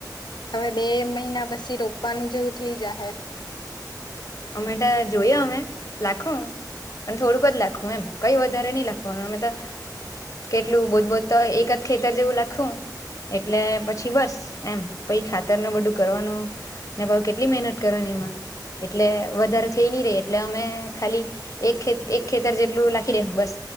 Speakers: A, on the left (about 75°); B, on the left (about 45°).
A: હવે બે મહિના પછી રોપવાનું જેવું થઇ જા હે
B: અમેટા જોયા અમે લાખો પણ થોડુંક જ લખવું એમ કઈ વધારે નહી લખવાનું અમે તો કેટલું બોજ બો તો એક જ ખેતર જેવું લખું એટલે પછી બસ એમ પહી ખાતર ન બધું કરવાનું ને પહ કેટલી મહેનત કરવાની એમાં એટલે વધારે થઈ નહી રે એટલે અમે ખાલી એક એક ખેતર જેટલું લખી દે બસ